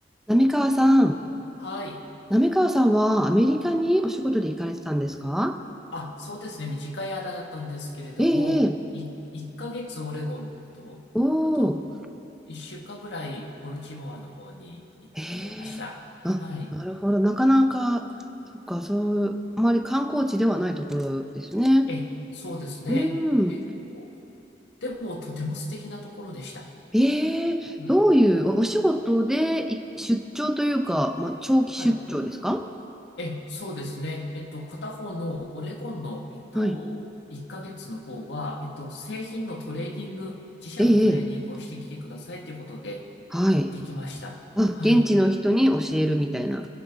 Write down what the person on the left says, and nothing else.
はい。
あ、そうですね。短い間だったんですけれども、
い、1ヶ月オレゴンと、
あと1週間ぐらいボルチモアの方に行ってました。
はい。
え、そうですね。
結構、
でもとても素敵なところでした。
はい。
はい。え、そうですね。えっと、片方のオレゴンの、えっと、
1ヶ月の方は、えっと、製品のトレーディング、自社のトレーディングをしてきてくださいということで行ってきました。
はい。
うん